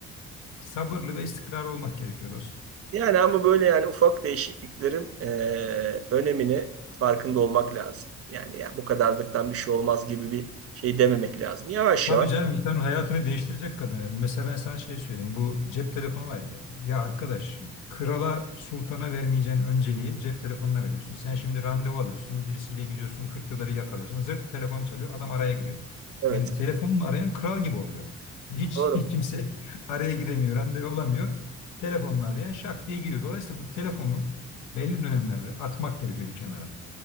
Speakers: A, on the left; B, on the right.
A: Sabırlı ve istikrarlı olmak gerekiyor dostum.
B: Yani ama böyle yani ufak değişikliklerin eee, önemini farkında olmak lazım. Yani ya bu kadarlıktan bir şey olmaz gibi bir şey dememek lazım. Yavaş
A: Tabii
B: yavaş.
A: canım insanın hayatını değiştirecek kadar önemli. Mesela ben sana şey söyleyeyim. Bu cep telefonu var ya. Ya arkadaş krala sultana vermeyeceğin önceliği cep telefonuna veriyorsun. Sen şimdi randevu alıyorsun. Birisiyle gidiyorsun. 40 yılda bir yakalıyorsun. Zırt telefon çalıyor. Adam araya giriyor.
B: Evet.
A: Yani telefonla arayan kral gibi oluyor. Hiç
B: Doğru.
A: <laughs> kimse araya giremiyor. Randevu alamıyor. Telefonla arayan şak diye giriyor. Dolayısıyla bu telefonu belli dönemlerde atmak gerekiyor bir kenara.